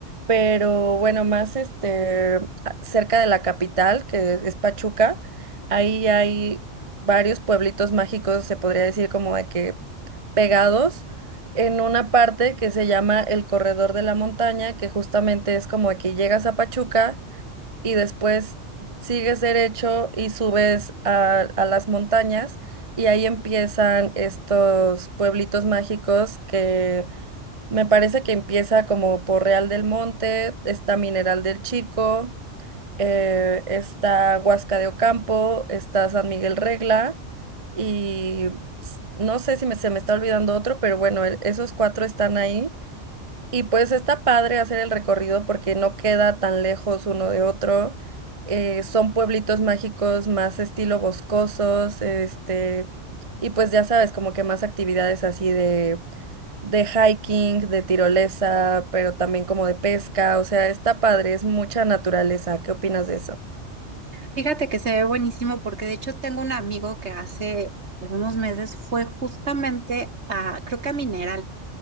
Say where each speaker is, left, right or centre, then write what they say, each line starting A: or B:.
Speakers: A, on the right; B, on the right.
A: Pero bueno, más este a- cerca de la capital, que es Pachuca, ahí hay varios pueblitos mágicos, se podría decir como de que pegados en una parte que se llama el Corredor de la Montaña, que justamente es como de que llegas a Pachuca y después sigues derecho y subes a, a las montañas y ahí empiezan estos pueblitos mágicos que me parece que empieza como por Real del Monte, está Mineral del Chico, eh, está Huasca de Ocampo, está San Miguel Regla y s- no sé si me- se me está olvidando otro, pero bueno, el- esos cuatro están ahí. Y pues está padre hacer el recorrido porque no queda tan lejos uno de otro. Eh, son pueblitos mágicos más estilo boscosos, este, y pues ya sabes, como que más actividades así de, de hiking, de tirolesa, pero también como de pesca. O sea, está padre, es mucha naturaleza. ¿Qué opinas de eso?
B: Fíjate que se ve buenísimo porque de hecho tengo un amigo que hace algunos meses fue justamente a, creo que a Mineral,